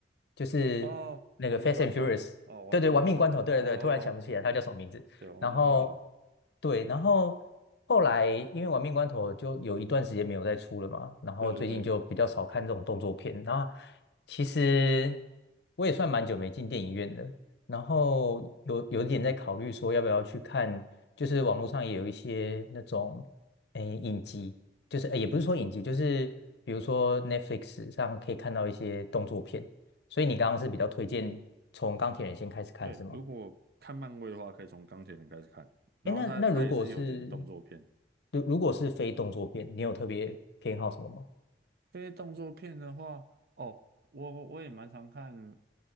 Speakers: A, on the left; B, on the right.
A: 就是那个《Fast
B: 哦，亡命关头，
A: and Furious》，
B: 哦，亡亡亡命关头，
A: 对对，《玩命关头》，对对对，
B: 哦，
A: 突然想不起来它叫什么名字。
B: 对，亡命关头，
A: 然后对，然后后来因为《玩命关头》就有一段时间没有再出了嘛，然后最近就比较少看这种动作片。
B: 对对对
A: 然后其实我也算蛮久没进电影院的，然后有有点在考虑说要不要去看，就是网络上也有一些那种诶影集，就是诶也不是说影集，就是比如说 Netflix 上可以看到一些动作片。所以你刚刚是比较推荐从钢铁人先开始看是吗？
B: 对，如果看漫威的话，可以从钢铁人开始看，然后它它也是有点动作片，
A: 哎，那那如果是如如果是非动作片，你有特别偏好什么吗？
B: 非动作片的话，哦，我我也蛮常看